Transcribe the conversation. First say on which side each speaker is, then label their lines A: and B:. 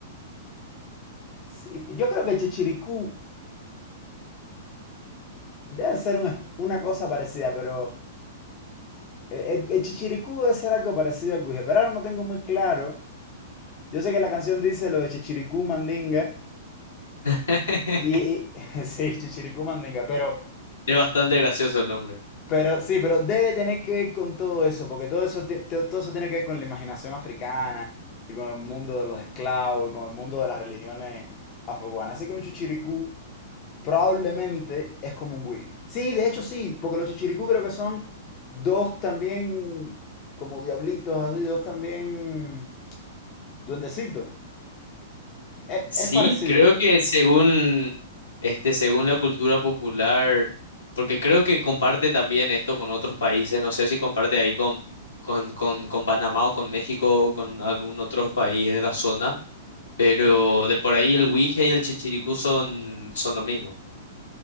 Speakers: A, on the left; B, on the left.
A: Sí, yo creo que Chichiricú debe ser un una cosa parecida, pero eh, el, el Chichiricú debe ser algo parecido al Guije, pero ahora no tengo muy claro. Yo sé que la canción dice lo de Chichiricú Mandinga,
B: <laughs>
A: y, y- <laughs> sí, Chichiricú Mandinga, pero,
B: Es bastante gracioso el nombre.
A: pero sí, pero debe tener que ver con todo eso, porque todo eso, ti- to- todo eso tiene que ver con la imaginación africana, y con el mundo de los esclavos, y con el mundo de las religiones afrocubanas. Así que un Chichiricú Probablemente es como un guije. Sí, de hecho sí, porque los chichiricú creo que son dos también como diablitos, así, dos también duendecitos. Es,
B: Sí,
A: es parecido.
B: creo que según este, según la cultura popular, porque creo que comparte también esto con otros países, no sé si comparte ahí con, con, con, con Panamá o con México o con algún otro país de la zona, pero de por ahí el Huije y el Chichiricú son, son lo mismo.